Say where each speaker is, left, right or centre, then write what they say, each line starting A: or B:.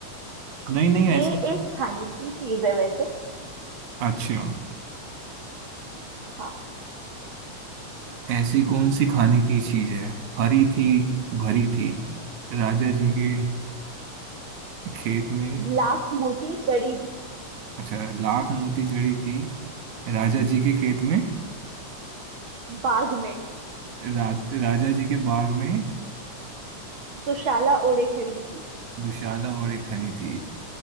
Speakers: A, on the right; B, on the right.
A: नहीं नहीं
B: ये
A: ऐसी
B: एक खाने की चीज है वैसे
A: अच्छा
B: हाँ
A: ऐसी कौन सी खाने की चीज है हरी थी भरी थी राजा जी के खेत में
B: लाख मोती जड़ी थी
A: अच्छा लाख मोती जड़ी थी राजा जी के खेत में
B: बाग में
A: रा, राजा जी के बाग में
B: दुशाला ओढ़े खड़ी थी
A: दुशाला औरतें खड़ी थी